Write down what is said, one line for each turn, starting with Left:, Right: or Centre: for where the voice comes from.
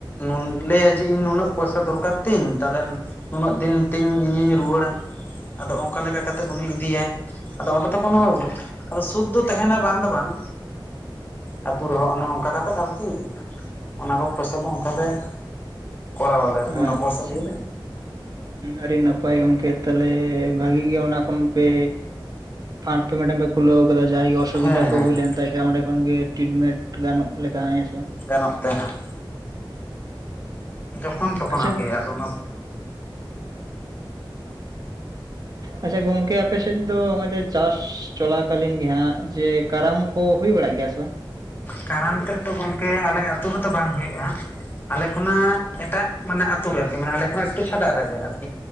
Left: ᱱᱩᱠᱩ ᱟᱡᱤ ᱱᱩᱱᱟᱹᱜ ᱯᱚᱭᱥᱟ ᱫᱚᱨᱠᱟᱨ ᱛᱤᱧ ᱛᱟᱦᱚᱞᱮ ᱩᱱᱟᱹᱜ ᱫᱤᱱ ᱛᱤᱧ ᱤᱧᱤᱧ ᱨᱩᱣᱟᱹᱲᱟ ᱟᱫᱚ ᱚᱱᱠᱟ ᱞᱮᱠᱟ <inaudible> ᱤᱫᱤᱭᱮ ᱟᱫᱚ ᱚᱸᱰᱮ ᱫᱚ ᱠᱳᱱᱳ ᱥᱩᱫ ᱫᱚ ᱛᱮᱦᱮᱱᱟ ᱵᱟᱝ ᱫᱚ ᱵᱟᱝ ᱟᱛᱩ ᱨᱮᱦᱚᱸ ᱚᱱᱮ ᱚᱱᱠᱟ ᱠᱟᱛᱮᱫ ᱟᱨᱠᱤ ᱚᱱᱟ ᱠᱚ ᱯᱚᱭᱥᱟ ᱠᱚ ᱚᱱᱠᱟ ᱜᱮ ᱠᱚᱨᱟᱣ ᱟᱞᱮ ᱚᱱᱟ
Right: ᱟᱪᱪᱷᱟ
Left: ᱯᱚᱨᱥᱟᱫᱤᱱ
Right: ᱟᱹᱰᱤ ᱱᱟᱯᱟᱭ ᱜᱚᱝᱠᱮ ᱛᱟᱦᱞᱮ ᱵᱷᱟᱜᱤ ᱜᱮ ᱚᱱᱟ ᱠᱷᱚᱱ ᱯᱮ ᱯᱷᱟᱸᱴ ᱢᱮᱰᱟᱢ ᱯᱮ ᱠᱷᱩᱞᱟᱹᱣ ᱟᱠᱟᱫᱟ ᱡᱟᱦᱟᱸᱭ ᱜᱮ ᱚᱥᱩᱵᱤᱫᱟ
Left: ᱦᱮᱸ ᱦᱮᱸ
Right: ᱠᱚ ᱦᱩᱭ
Left: ᱦᱮᱸ
Right: ᱞᱮᱱ ᱛᱟᱭ ᱡᱟ ᱚᱸᱰᱮ ᱠᱷᱚᱱ ᱜᱮ ᱴᱤᱴᱢᱮᱱᱴ ᱜᱟᱱᱚᱜ ᱞᱮᱠᱟ ᱦᱮᱸᱥᱮ
Left: ᱜᱟᱱᱚᱜ ᱛᱮᱸᱦᱟᱜ ᱡᱚᱠᱷᱚᱱ ᱛᱚᱠᱷᱚᱱ
Right: ᱟᱪᱪᱷᱟ
Left: ᱟᱨᱠᱤ
Right: ᱦᱩᱸ
Left: ᱟᱰᱚ <inaudible> <inaudible>
Right: ᱟᱪᱷᱟ ᱜᱚᱝᱠᱮ ᱟᱯᱮ ᱥᱮᱫ ᱫᱚ ᱱᱚᱜ-ᱚᱭ ᱪᱟᱥ ᱪᱚᱞᱟᱠᱟᱞᱤᱱ ᱜᱮᱦᱟᱸᱜ ᱡᱮ ᱠᱟᱨᱟᱢ ᱠᱚ ᱦᱩᱭ ᱵᱟᱲᱟᱜ ᱜᱮᱭᱟ ᱥᱮ ᱵᱟᱝ
Left: ᱠᱟᱨᱟᱢ ᱛᱮᱫ ᱫᱚ ᱜᱚᱢᱠᱮ ᱟᱞᱮ ᱟᱹᱛᱩ ᱨᱮᱫᱚ ᱵᱟᱝ ᱦᱩᱭᱩᱜ-ᱟ ᱟᱞᱮ ᱠᱷᱚᱱᱟᱜ ᱮᱴᱟᱜ ᱢᱟᱱᱮ ᱟᱛᱩ ᱨᱮ ᱟᱨᱠᱤ ᱢᱟᱱᱮ ᱟᱞᱮ ᱠᱷᱚᱱᱟᱜ ᱮᱠᱴᱩ ᱪᱷᱟᱰᱟ ᱨᱮᱜᱮ ᱟᱨᱠᱤ